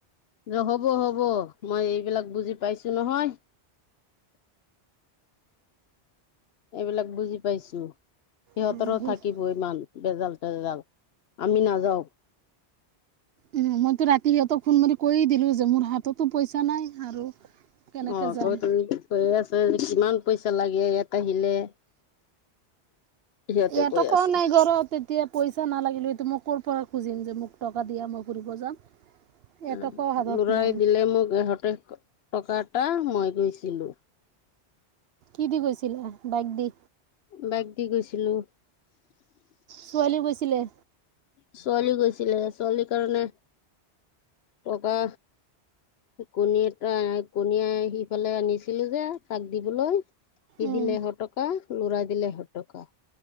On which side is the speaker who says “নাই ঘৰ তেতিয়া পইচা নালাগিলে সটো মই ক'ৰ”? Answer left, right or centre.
Right